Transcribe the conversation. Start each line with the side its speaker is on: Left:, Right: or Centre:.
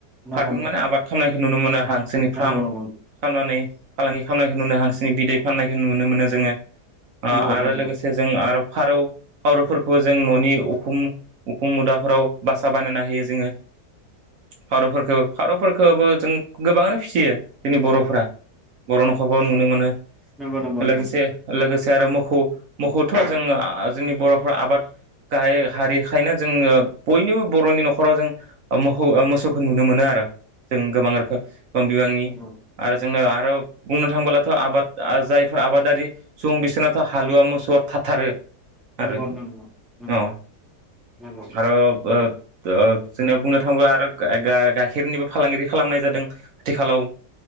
Centre: नंगौ
Right: फार्मिं माने आबाद खालामनाय। नुनो मोना। हांसोनि फार्म
Centre: नंगौ
Right: खालामनानै फालांगि खालामनायखौ नुनो हांसोनि बिदै फाननाय बे नुनो मोनो जोङो आरो
Centre: नंगौ नोंथां
Right: लोगोसे जों आरो फारौ फारौफोरखौ जों न'नि उखुम उखुम मुदाफोराव बासा बानायना होयो जोङो फारौफोरखौ फारौफोरखौबो जों गोबाङानो फिसियो जोंनि बर'फोरा बर' न'खरफोराव नुनो मोनो
Centre: नंगौ नोंथां नंगौ नोंथां नंगौ नोंथां
Right: लोगोसे लोगोसे मोखौ मोखौथ' जोङो जोंनि बरफ्रा आबाद गाहाय हारि थायोनो जोङो बयनिबो बर'नि न'खराव जों मोखौ ओ मोसौखौ नुनो मोनो आरो जों गोबां रोखोम गोबां बिबांनि
Centre: नंगौ औ
Right: आरो जोंनो आरो बुं थांबोब्लाथ' आबाद जायफोर आबादारि सुबुं बिसोरनाथ' हालुवा मोसौआ थाथारो
Centre: नंगौ
Right: आरो
Centre: नोंथां नंगौ नंगौ
Right: अ
Centre: नंगौ
Right: आरो ओ ओ जोंनिया बुंनो थाङोबा आरो गाइ-गाइ- गाइखेरनिबो फालांगिरि खालामनाय जादों आथिखालाव